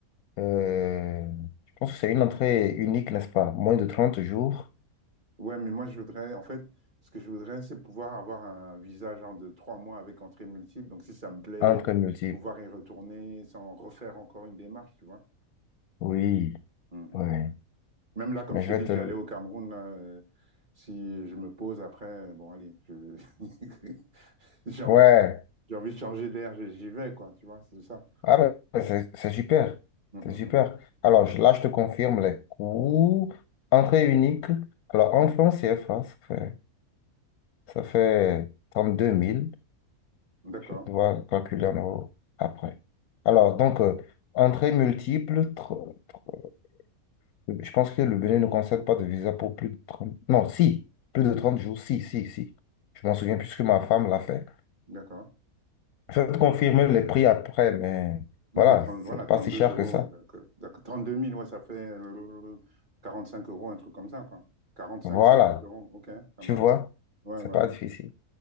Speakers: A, on the left (about 80°); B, on the right (about 35°).
A: euh, je pense que c'est une entrée unique, n'est-ce pas? Moins de 30 jours,
B: Ouais, mais moi, je voudrais, en fait, ce que je voudrais, c'est pouvoir avoir un visa genre de trois mois avec entrée multiple. Donc, si ça me plaît,
A: entrée multiple.
B: pouvoir y retourner sans refaire encore une démarche, tu vois.
A: Oui,
B: Mm,
A: ouais.
B: Même là, comme
A: Mais
B: je
A: je
B: t'ai
A: vais
B: dit
A: te...
B: que j'allais
A: le-
B: au Cameroun, là, euh, si je me pose après, bon, allez, je- <laughs> j'ai envie,
A: Ouais.
B: j'ai envie de changer d'air, je- j'y vais, quoi, tu vois, c'est ça.
A: Ah, mais c'est c'est super.
B: Mm, mm,
A: C'est super. Alors,
B: mm, mm,
A: je- là, je te confirme les coûts. Entrée unique. Alors, en
B: mm.
A: francs CFA, ça fait, ça fait trente deux mille
B: mm. D'accord,
A: Je dois calculer en euros après. Alors, donc, euh, entrée multiple. tr- tr- Je pense que le Bénin ne concède pas de visa pour plus de trente Non, si. Plus de 30 jours. Si, si, si. Je m'en souviens puisque ma femme l'a fait.
B: d'accord.
A: Je vais te confirmer les prix après, mais
B: Non,
A: voilà,
B: mais 30,
A: c'est
B: voilà, 32
A: pas si cher
B: euros,
A: que ça.
B: ouais, d'accord. D'accord. 32 000, ouais, ça fait euh, 45 euros, un truc comme ça, quoi. 45,
A: Voilà.
B: 50 euros, ok, ça
A: Tu
B: marche.
A: vois?
B: Ouais,
A: C'est
B: ouais,
A: pas
B: ouais.
A: difficile.